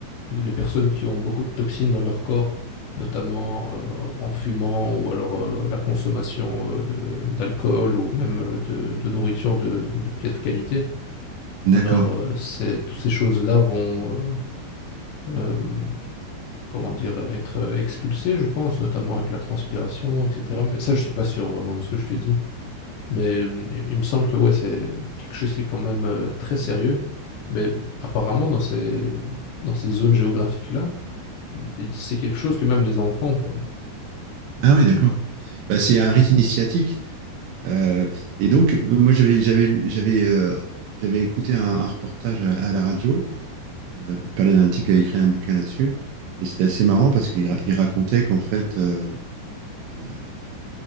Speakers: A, on the left; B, on the right.
A: les personnes qui ont beaucoup de toxines dans leur corps, notamment euh, en fumant ou alors euh, la consommation euh, de- d'alcool ou même euh, de, de nourriture de, de piètre qualité.
B: D'accord.
A: Alors, euh, c'est- toutes ces choses-là vont euh, euh, comment dire, euh, être euh, expulsé, je pense, notamment avec la transpiration, etc. Mais ça, je suis pas sûr vraiment de ce que je te dis. Mais euh, il me semble que ouais, c'est quelque chose qui est quand même euh, très sérieux. Mais apparemment, dans ces, dans ces zones géographiques-là, c'est quelque chose que même les enfants font.
B: Ah oui, d'accord. Bah, c'est un rite initiatique. Euh, et donc, euh, moi, j'avais, j'avais, lu- j'avais, euh, j'avais écouté un, un reportage à, à la radio. Euh, il parlait d'un type qui avait écrit un bouquin là-dessus. Et c'était assez marrant parce qu'il ra- il racontait qu'en fait, euh, euh,